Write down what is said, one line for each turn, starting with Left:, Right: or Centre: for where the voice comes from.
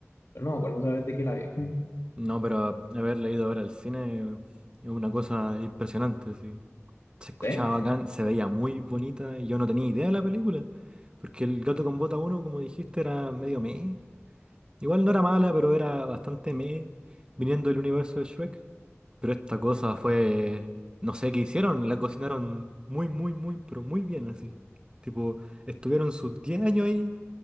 Left: pero no me acuerdo otra vez de que la vi. Mm.
Right: No, pero haberla ido a ver al cine es una cosa impresionante, sí. Se escuchaba
Left: Sí.
Right: bacán, se veía muy bonita y yo no tenía idea de la película, porque El gato con bota uno, como dijiste, era medio meh. Igual no era mala, pero era bastante meh, viniendo del universo de Shrek. Pero esta cosa fue, no sé qué hicieron, la cocinaron muy, muy, muy, pero muy bien así. Tipo, estuvieron sus 10 años ahí